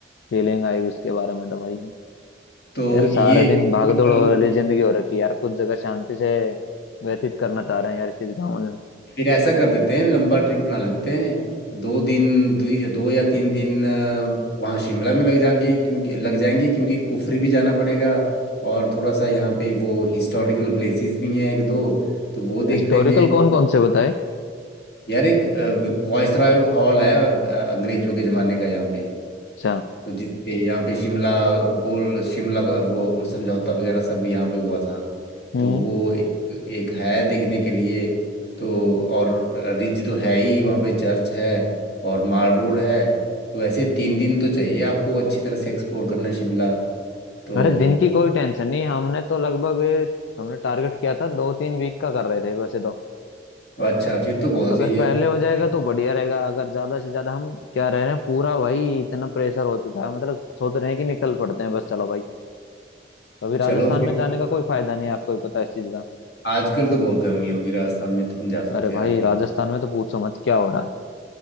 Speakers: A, on the left (about 80°); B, on the left (about 65°).
A: फीलिंग आई उसके बारे में तो भाई
B: तो
A: यार
B: ये
A: सारा
B: है
A: दिन
B: कि
A: भागदौड़
B: अगर
A: वाली जिंदगी हो रखी है यार कुछ जगह शांति से व्यतीत करना चाह रहे हैं यार इस गाँव में
B: फिर ऐसा कर देते हैं लंबा ट्रिप बना लेते हैं दो दिन दो, दो या तीन दिन अ, वहाँ शिमला में लग जाएंगे क्योंकि लग जाएंगे क्योंकि कुफरी भी जाना पड़ेगा और थोड़ा सा यहाँ पे वो हिस्टोरिकल प्लेसेस भी हैं एक दो तो वो देख
A: हिस्टोरिकल
B: लेंगे
A: कौन कौन से बताए
B: यार एक वॉइसरॉय हॉल है अ, अंग्रेजों के ज़माने का यहाँ पे
A: अच्छा
B: तो जिसपे यहाँ पे शिमला गोल शिमला का वो समझौता वगैरह सब यहाँ पे हुआ था
A: हम्म
B: तो वो एक एक है देखने के लिए तो और रिज तो है ही वहाँ पे चर्च है और माल रोड है तो ऐसे तीन दिन तो चाहिए आपको अच्छी तरह से एक्सप्लोर करने शिमला तो
A: अरे दिन की कोई टेंशन नहीं हमने तो लगभग हमने टारगेट किया था दो तीन वीक का कर रहे थे वैसे तो
B: अच्छा फिर तो बहुत
A: अगर
B: सही है
A: पहले हो जाएगा तो बढ़िया रहेगा अगर ज्यादा से ज्यादा हम क्या रह रहे हैं पूरा भाई इतना प्रेशर हो चुका है मतलब सोच रहे हैं कि निकल पड़ते हैं बस चलो भाई अभी राजस्थान
B: चलो फिर
A: में जाने का कोई फायदा नहीं है आपको भी पता है इस चीज का
B: आजकल तो बहुत गर्मी होगी राजस्थान में तो तुम जा सकते
A: अरे भाई
B: हो आज
A: राजस्थान
B: भी
A: में तो पूछो मत क्या हो रहा है